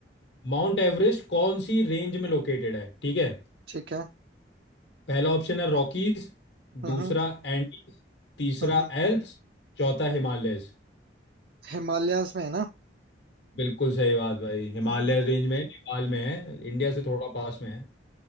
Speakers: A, on the left; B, on the right.
A: माउंट एवरेस्ट कौन सी रेंज में लोकेटेड है ठीक है
B: ठीक है
A: पहला ऑप्शन है रॉकीज
B: हम्म
A: दूसरा
B: हम्म
A: एंडीज तीसरा
B: हम्म, हम्म,
A: एल्प्स चौथा हिमालयस
B: हिमालयाज में है ना
A: बिल्कुल सही बात भाई हिमालय
B: हाँ,
A: रेंज में नेपाल में है इंडिया से थोड़ा पास में है